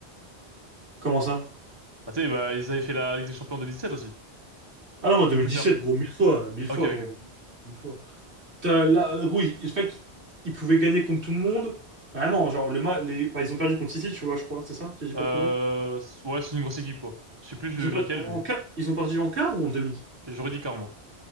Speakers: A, on the right; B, on the right.
A: Comment ça?
B: Bah, tu sais, bah, ils avaient fait la Ligue des Champions en 2017 aussi.
A: Ah non, moi,
B: Tu
A: 2017,
B: préfères?
A: gros, mille fois, euh, mille
B: Ok,
A: fois,
B: ok.
A: gros. Mille fois. T'as- Là, euh, oui, en fait, ils pouvaient gagner contre tout le monde. Vraiment, genre, le ma- les... bah, ils ont perdu contre City, tu vois, je crois, c'est ça, si j'ai pas
B: Euh,
A: de conneries.
B: c- ouais, c'est une grosse équipe, quoi. Je sais plus
A: Ils
B: euh,
A: ont perdu
B: laquelle,
A: en
B: mais
A: quart- ils ont perdu en quart ou en demi?
B: j'aurais dit Car, moi.